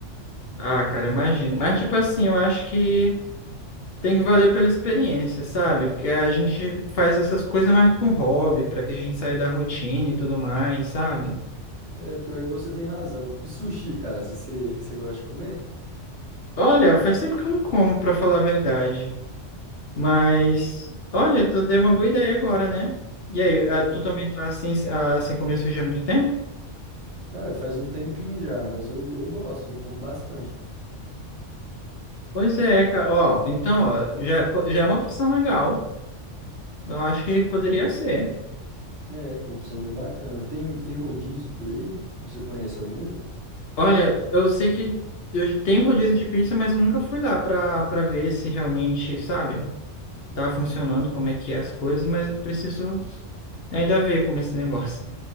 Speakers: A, on the left (about 60°); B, on the right (about 55°).
A: Ah, cara, eu imagino. Mas, tipo assim, eu acho que. Tem que valer pela experiência, sabe? Porque a gente faz essas coisas mais para um hobby, para que a gente saia da rotina e tudo mais, sabe?
B: É, pior que você tem razão. E sushi, cara, se você, você gosta de comer?
A: Olha, faz tempo que eu não como, para falar a verdade. Mas, olha, tu deu uma boa ideia agora, né? E aí,
B: É.
A: ah, tu também tá assim, ah, assim como eu surgi há muito tempo?
B: Cara, faz um tempinho já, mas eu, eu gosto, eu como bastante.
A: Pois é, cara. Ó, então, ó, já, já é uma opção legal. Eu acho que poderia ser.
B: É, uma opção bem bacana. Tem, tem rodízio por aí? Você conhece algum?
A: Olha, eu sei que eu tenho rodízio de pizza, mas nunca fui lá para para ver se realmente, sabe? tá funcionando, como é que é as coisas, mas eu preciso ainda ver como é esse negócio.